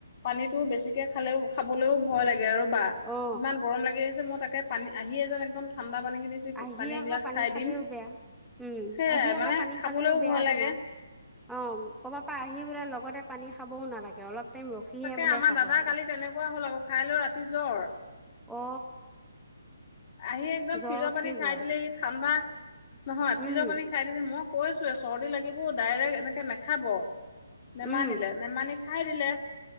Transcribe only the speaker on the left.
পানীতো বেছিকে খালেও খাবলৈও ভয় লাগে <unintelligible> বাহ
ইমান গৰম লাগি আহিছে মই তাকে পানী আহিয়ে যেন একদম ঠাণ্ডা পানী খিনি চুই
এগিলাচ
খাই
দিম
সেয়াই
মানে
খাবলৈও
ভয়
লাগে
তাকে
আমাৰ
দাদা
কালি তেনেকুৱাই হ'ল আকৌ খাই লৈ ৰাতি জ্বৰ।
আহি একদম
ফ্ৰিজৰ
পানী খাই
দিলে সি ঠাণ্ডা নহয় ফ্ৰিজৰ
পানী খাই দিছে মোক কৈছোৱে চৰ্দি লাগিব ডাইৰেক্ট এনেকে নেখাব নেমানিলে
নেমানি খাই দিলে